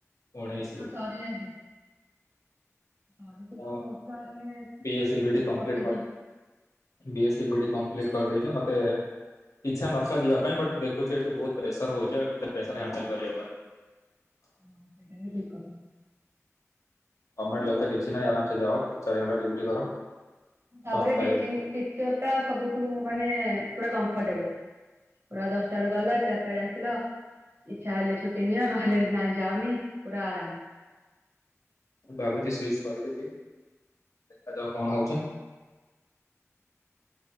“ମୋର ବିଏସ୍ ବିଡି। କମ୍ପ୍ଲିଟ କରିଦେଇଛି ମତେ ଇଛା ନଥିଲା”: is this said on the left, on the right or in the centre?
Left